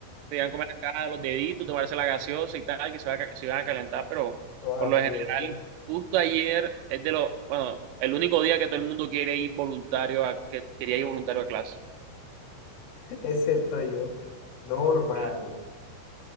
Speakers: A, on the right; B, on the left.
A: querían comer las cajas, los deditos, tomarse la gaseosa y tal, que se, va a ca- se iban a calentar, pero
B: todos
A: por
B: hambrientos,
A: lo general, justo ayer es de los, bueno, el único día que todo el mundo quiere ir voluntario a, que quería ir voluntario a clase.
B: <laughs> excepto yo. Normal.
A: Ah.